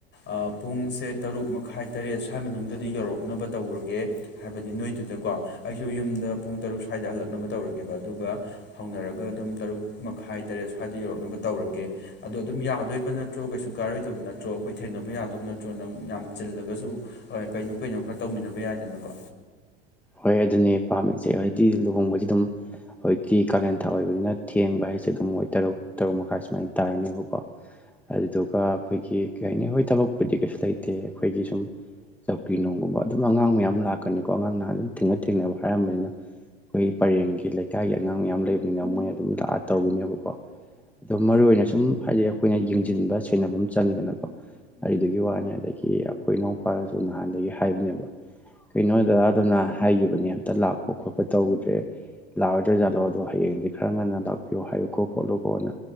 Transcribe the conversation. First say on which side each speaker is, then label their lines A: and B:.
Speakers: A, on the left; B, in the centre.
A: ꯑ ꯄꯨꯡꯁꯦ ꯇꯔꯨꯛ ꯃꯈꯥꯏ ꯇꯔꯦꯠ ꯁ꯭ꯋꯥꯏ ꯃꯅꯨꯡꯗꯗꯤ ꯌꯧꯔꯛꯅꯕ ꯇꯧꯔꯒꯦ ꯍꯥꯏꯕꯗꯤ ꯅꯣꯏꯒꯤꯗꯨꯀꯣ ꯑꯩꯁꯨ ꯌꯨꯝꯗ ꯄꯨꯡ ꯇꯔꯨꯛ ꯁ꯭ꯋꯥꯏꯗ ꯍꯜꯂꯛ ꯅꯕ ꯇꯧꯔꯒꯦꯕ ꯑꯗꯨꯒ ꯍꯧꯅꯔꯒ ꯑꯗꯨꯝ ꯇꯔꯨꯛ ꯃꯈꯥꯏ ꯇꯔꯦꯠ ꯁ꯭ꯋꯥꯏꯗ ꯌꯧꯔꯛꯅꯕ ꯇꯧꯔꯒꯦ ꯑꯗꯣ ꯑꯗꯨꯝ ꯌꯥꯗꯣꯏꯕ ꯅꯠꯇ꯭ꯔꯣ ꯀꯩꯁꯨ ꯀꯥꯔꯣꯏꯗꯕ ꯅꯠꯇ꯭ꯔꯣ ꯑꯩꯈꯣꯏ ꯊꯦꯡꯅꯕ ꯌꯥꯗꯧꯕ ꯅꯠꯇ꯭ꯔꯣ ꯅꯪ ꯌꯥꯝ ꯆꯤꯜꯂꯒꯁꯨ ꯀꯩꯅꯣ ꯀꯩꯅꯣ ꯈꯔ ꯇꯧꯃꯤꯟꯅꯕ ꯌꯥꯏꯗꯅꯀꯣ
B: ꯍꯣꯏ ꯑꯗꯨꯅꯦ ꯄꯥꯝꯃꯤꯁꯦ ꯍꫭꯏꯇꯤ ꯂꯨꯍꯣꯡꯕꯁꯤ ꯗꯨꯝ ꯍꯧꯖꯤꯛꯇꯤ ꯀꯥꯂꯦꯟꯊꯥ ꯑꯣꯏꯕꯅꯤꯅ ꯊꯦꯡꯕ ꯍꯥꯏꯁꯦ ꯑꯗꯨꯝ ꯃꯣꯏ ꯇꯔꯨꯛ ꯇꯔꯨꯛ ꯃꯈꯥꯏ ꯁꯨꯃꯥꯏꯅ ꯇꯥꯔꯅꯦꯕꯀꯣ ꯑꯗꯨꯗꯨꯒ ꯑꯩꯈꯣꯏꯒꯤ ꯀꯩ ꯍꯥꯏꯅꯤ ꯍꯣꯏ ꯊꯕꯛꯄꯨꯗꯤ ꯀꯩꯁꯨ ꯂꯩꯇꯦ ꯑꯩꯈꯣꯏꯒꯤ ꯁꯨꯝ ꯆꯧꯀ꯭ꯔꯤ ꯅꯨꯡꯒꯨꯝꯕ ꯑꯗꯨꯝ ꯑꯉꯥꯡ ꯃꯌꯥꯝ ꯂꯥꯛꯀꯅꯤꯀꯣ ꯑꯉꯥꯡꯅꯍ ꯑꯗꯨꯝ ꯊꯦꯡꯅ ꯊꯦꯡꯅꯕ ꯍꯥꯏꯔꯝꯕꯅꯤꯅ ꯑꯩꯈꯣꯏ ꯄꯔꯦꯡꯒꯤ ꯂꯩꯀꯥꯏꯒꯤ ꯑꯉꯥꯡ ꯃꯌꯥꯝ ꯂꯩꯕꯅꯤꯅ ꯃꯣꯏꯅ ꯑꯗꯨꯝ ꯂꯥꯛꯑ ꯇꯧꯒꯅꯦꯕꯀꯣ ꯑꯗꯣ ꯃꯔꯨ ꯑꯣꯏꯅ ꯁꯨꯝ ꯍꯥꯏꯗꯤ ꯑꯩꯈꯣꯏꯅ ꯌꯦꯡꯁꯤꯟꯕ ꯁꯦꯟꯅꯕ ꯑꯝ ꯆꯪꯉꯤꯗꯅꯀꯣ ꯑꯗꯨꯗꯨꯒꯤ ꯋꯥꯅꯤ ꯑꯗꯒꯤ ꯑꯩꯈꯣꯏ ꯏꯅꯥꯎꯄꯥꯅꯁꯨ ꯅꯍꯥꯟꯗꯒꯤ ꯍꯥꯏꯕꯅꯦꯕ ꯀꯩꯅꯣ ꯗꯗꯥꯗꯨꯅ ꯍꯥꯏꯈꯤꯕꯅꯦ ꯑꯝꯇ ꯂꯥꯛꯄ ꯈꯣꯠꯄ ꯇꯧꯗ꯭ꯔꯦ ꯂꯥꯛꯑꯣꯏꯗꫭꯏꯖꯥꯠꯂꯣ ꯑꯗꯣ ꯍꯌꯦꯡꯗꯤ ꯈꯔ ꯉꯟꯅ ꯂꯥꯛꯄꯤꯌꯣ ꯍꯥꯏꯌꯨꯀꯣ ꯈꯣꯠꯂꯨ ꯈꯣꯠꯀꫭꯅ